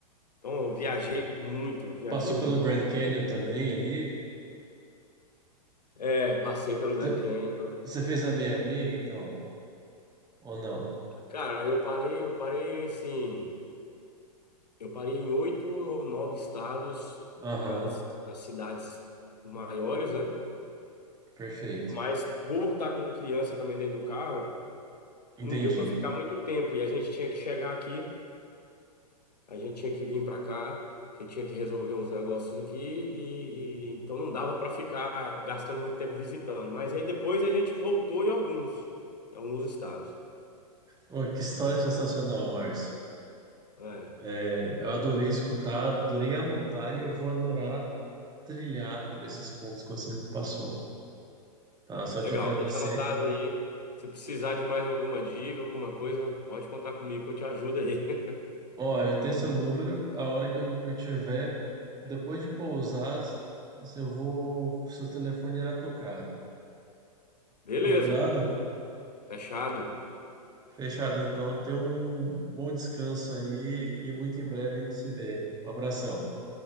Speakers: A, on the left; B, on the right.
A: Então, eu viajei muito, eu viajei
B: Passou
A: muito.
B: pelo Grand Canyon também ali.
A: É, passei pelo
B: Você
A: Grand Canyon.
B: você fez a meia-meia, então? Ou não?
A: Cara, eu parei, eu parei assim, eu parei em oito ou nove estados
B: Aham.
A: nas, nas cidades maiores, né?
B: Perfeito.
A: Mas por estar com criança também dentro do carro,
B: Entendi.
A: não deu para ficar muito tempo e a gente tinha que chegar aqui A gente tinha que vir para cá, que tinha que resolver uns negócios aqui, e, e- então não dava para ficar gastando muito tempo visitando. Mas aí depois a gente voltou em alguns, em alguns estados.
B: Ô, que história sensacional, Márcio.
A: É,
B: É, eu adorei escutar, adorei anotar e eu vou adorar. trilhar por esses pontos que você me passou, tá? Só
A: legal,
B: te agradecer.
A: deixa anotado aí. Se precisar de mais alguma dica, alguma coisa, pode contar comigo que eu te ajudo aí. <laughs>
B: Ó, eu tenho seu número, a hora que eu, que eu tiver, depois de pousar, se eu vou, seu telefone irá tocar.
A: Beleza,
B: Combinado?
A: fechado.
B: Fechado, então. Tenha um bom descanso aí e muito em breve a gente se vê. Um abração.